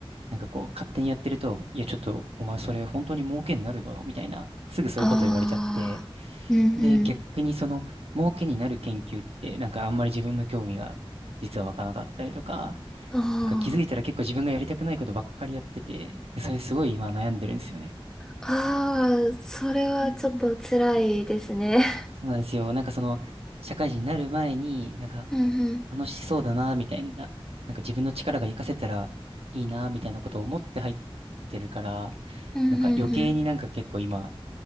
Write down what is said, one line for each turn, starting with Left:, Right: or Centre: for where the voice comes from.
Right: なんかこう、勝手にやってると、いや、ちょっと、お前それ本当に儲けになるのみたいな、すぐそういうこと言われちゃって、
Centre: ああ、うんうん。
Right: で、逆にその、儲けになる研究って、なんかあんまり自分の興味が実は湧かなかったりとか、
Centre: あ
Right: なんか気づいたら結構自分がやりたくないことばっかりやってて、で、それすごい今悩んでるんですよね。
Centre: あ、ああ、それはちょっと辛いですね。
Right: そうなんですよ。なんかその、社会人になる前に、
Centre: <laughs>
Right: なんか
Centre: うんうん、
Right: 楽しそうだな、みたいな、なんか自分の力が活かせたらいいな、みたいなことを思って入ってるから、
Centre: うんうんうん、
Right: なんか余計になんか結構今、